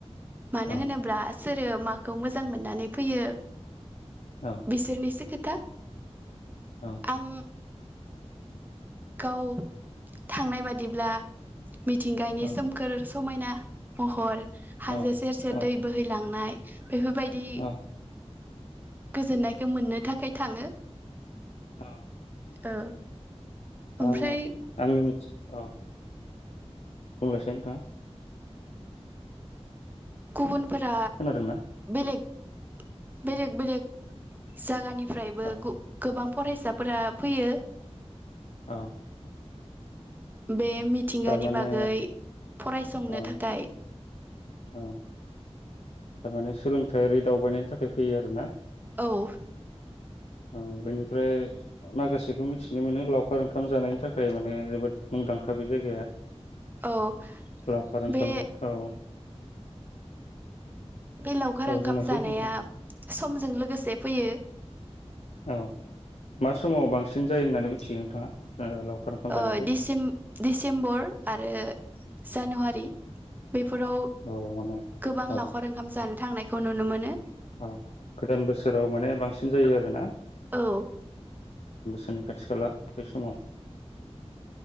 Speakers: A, on the right (about 15°); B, on the left (about 75°).
A: मानो
B: औ
A: होनोब्ला सोरो माखौ मोजां मोननानै फैयो।
B: औ
A: बिसोरनिसो खो था
B: औ
A: आं गाव थांनाय बादिब्ला मिथिंगानि
B: औ
A: सोमखोर समायना महर हाजो
B: औ
A: सेर सेर
B: औ
A: दै बोहैलांनाय बेफोरबायदि
B: औ
A: गोजोन्नायखौ मोननो थाखाय थाङो
B: औ
A: ओ ओमफ्राय
B: आं आंनो मिथि औ बुंंलायसाय नोंथां
A: गुबुन फोरा
B: खोनादोंना
A: बेलेग बेलेग बेलेक जागानि फ्रायबो
B: औ
A: गु गोबां फरायसाफोरा फैयो
B: औ
A: बे मिथिंगानि
B: थारमाने
A: बागै फरायसंनो
B: औ
A: थाखाय
B: औ थारमाने सोलोंथायारि दावबायनायनि थाखाय फैयो आरो ना?
A: औ
B: ओं बेनिफ्राय माखासेखौ मिथिनो मोनो लावखार ओंखाम जानायनि थाखाय माने जोबोद मुंदांखा बे जायगाया
A: औ
B: लावखार ओंखामजों
A: बे
B: औ
A: बे लावखार
B: औ
A: ओंखाम
B: बुंनायसै
A: जानाया
B: नोंथां
A: समजों लोगोसे फैयो
B: औ मा समाव बांसिन जायो होननानै मिथियो नोंथाङा लावखार ओंखाम जानायखौ
A: ओ दिसिम दिसिम्बर आरो जानुवारि बेफोराव
B: औ माने
A: गोबां
B: औ
A: लावखार ओंखाम जानो थांनाय बेखौ नुनो मोनो
B: औ गोदान बोसोराव माने बांसिन जायो आरोना
A: औ
B: नि खाथि खाला बे समाव